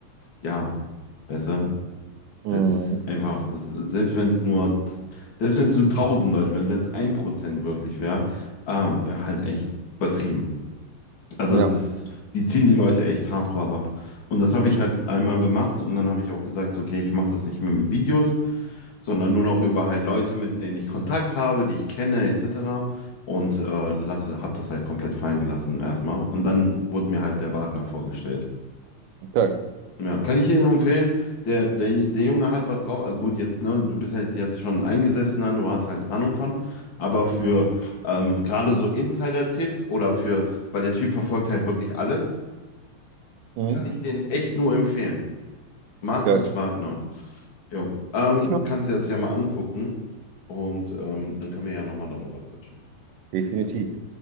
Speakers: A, on the left (about 40°); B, on the right (about 85°).
A: ja, weißt du,
B: Mhm.
A: das ist einfach, das, selbst wenn es nur, selbst wenn es nur tausend Leute wären, wenn es ein Prozent wirklich wäre, ähm, wäre halt echt übertrieben. Also
B: Ja.
A: es ist, die ziehen die Leute echt hardcore ab. Und das habe
B: Ich,
A: ich halt einmal gemacht und dann habe ich auch gesagt, so, okay, ich mache das nicht mehr mit Videos, sondern nur noch über halt Leute, mit denen ich Kontakt habe, die ich kenne, etc. Und äh, lasse, habe das halt komplett fallen gelassen erstmal. Und dann wurde mir halt der Wagner vorgestellt.
B: geil.
A: Ja, kann ich Ihnen empfehlen. Der, der, der Junge hat was drauf. Also gut, jetzt, ne, du bist halt jetzt schon eingesessen, dann, du hast halt Ahnung von. Aber für ähm, gerade so Insider-Tipps oder für, weil der Typ verfolgt halt wirklich alles,
B: Mhm.
A: kann ich den echt nur empfehlen. Markus
B: Geil.
A: Wagner. Jo. Ähm,
B: Ich mach-
A: kannst du dir das ja mal angucken und ähm, dann können wir ja nochmal darüber quatschen.
B: Definitiv.